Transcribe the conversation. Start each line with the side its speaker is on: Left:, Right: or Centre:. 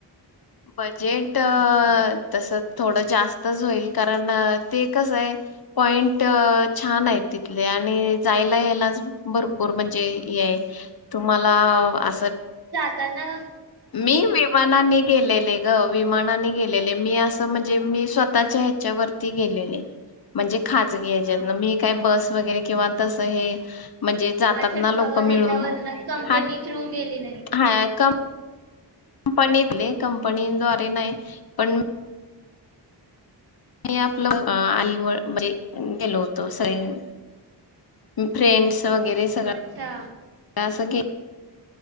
Left: बजेट तसं थोडं जास्तच होईल, कारण ते कसं आहे पॉइंट छान आहे तिथले आणि जायला यायला भरपूर म्हणजे हे आहे तुम्हा ला असं
Right: त्यांना
Left: मी विमानाने गेलेले गं. विमानानी गेले. हे मी असं
Right: अच्छा
Left: म्हणजे मी स्वतःच्या च्या वरती गेलेले म्हणजे खाजगी हेज्यातन
Right: हा
Left: मी काय बस वगैरे किंवा तसं हे म्हणजे जातात
Right: अच्छा
Left: ना लोक
Right: ह्याच्यावर
Left: मिळून
Right: ना कंपनी
Left: हा
Right: थ्रू गेली नाही.
Left: हा का कंपनीतले कंपनी द्वारे नाही पण मी आपलं आई व म्हणजे गेलो. तोस आहे फ्रेंड्स वगैरे सगळं
Right: अच्छा
Left: असं गे